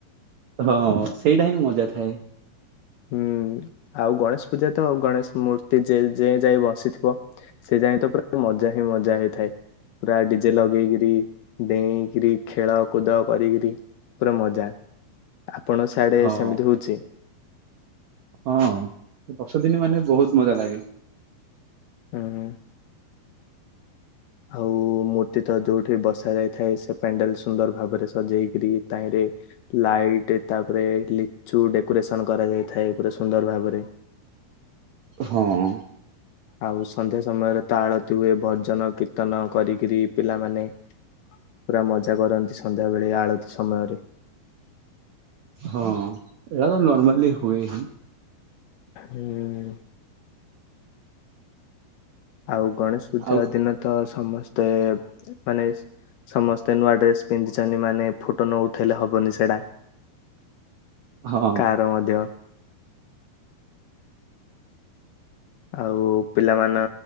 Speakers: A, on the right (about 70°); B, on the left (about 75°).
A: ହଁ ସେଇଟା ହିଁ ମଜା ଥାଏ।
B: ହୁଁ ଆଉ ଗଣେଶ ପୂଜା ତ ଗଣେଶ ମୂର୍ତ୍ତି ଯେ-ଯେଯାଏଁ ବସିଥିବ ସେ ଯାଏଁ ତ ପୁରା ମଜା ହିଁ ମଜା ହେଇଥାଏ। ପୁରା ଡିଜେ ଲଗେଇକିରି ଡେଇଁକିରି ଖେଳକୁଦ କରିକିରି ପୁରା ମଜା ଆପଣ ସିଆଡେ
A: ହଁ
B: ସେମିତି ହଉଛି?
A: ହଁ ସେ ଦଶଦିନି ମାନେ ବହୁତ ମଜା ଲାଗେ।
B: ହୁଁ। ଆଉ ମୂର୍ତ୍ତି ତ ଯୋଉଠି ବସା ଯାଇଥାଏ ସେ ପ୍ୟାଣ୍ଡେଲ ସୁନ୍ଦର ଭାବରେ ସଜେଇକିରି ତାହିଁରେ ଲାଇଟ୍ ତାପରେ ଲିଚୁ ଡେକୋରେସନ କରାଯାଇଥାଏ ପୁରା ସୁନ୍ଦର ଭାବରେ
A: ହଁ ଅଁ
B: ଆଉ ସନ୍ଧ୍ୟା ସମୟରେ ତ ଆଳତି ହୁଏ ଭଜନ କୀର୍ତ୍ତନ କରିକିରି ପିଲାମାନେ ପୁରା ମଜା କରନ୍ତି ସନ୍ଧ୍ୟାବେଳେ ଆଳତି ସମୟରେ।
A: ହଁ ଏଇଟା ତ ନର୍ମାଲି ହୁଏ ହିଁ।
B: ହୁଁଉଁ ଆଉ ଗଣେଶ ପୂଜା
A: ଆଉ
B: ଦିନ ତ ସମସ୍ତେ ମାନେ ସ୍ ସମସ୍ତେ ନୂଆ ଡ୍ରେସ ପିନ୍ଧିଛନ୍ତି ମାନେ ଫୋଟୋ ନ ଉଠେଇଲେ ହବନି ସେଇଡ଼ା
A: ହଁ
B: କାର ମଧ୍ୟ ଆଉ ପିଲାମାନ